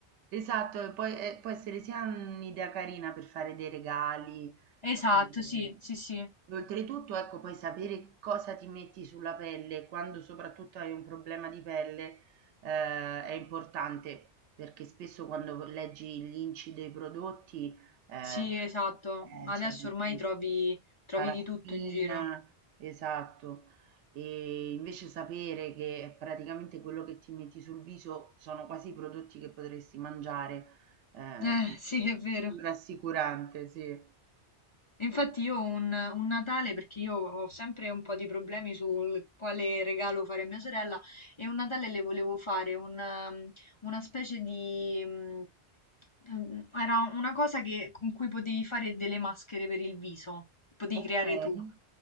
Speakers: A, on the right; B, on the left.
A: Esatto, e poi e può essere sia un'idea carina per fare dei regali.
B: esatto,
A: ehm,
B: sì, sì, sì,
A: Oltretutto, ecco, puoi sapere che cosa ti metti sulla pelle quando soprattutto hai un problema di pelle, eh, è importante perché spesso quando leggi gli inci dei prodotti, eh,
B: sì,
A: eh,
B: esatto, ma
A: c'è
B: adesso
A: di
B: ormai
A: più
B: trovi, trovi
A: paraffina,
B: di tutto in giro,
A: esatto. E invece sapere che praticamente quello che ti metti sul viso sono quasi i prodotti che potresti mangiare, ehm,
B: eh, sì, è vero.
A: rassicurante, sì.
B: E Infatti io ho un, un Natale, perché io ho sempre un po' di problemi sul quale regalo fare a mia sorella, e un Natale le volevo fare una, una specie di... mm, mm, Era una cosa che- con cui potevi fare delle maschere per il viso, potevi
A: Okay.
B: creare tu.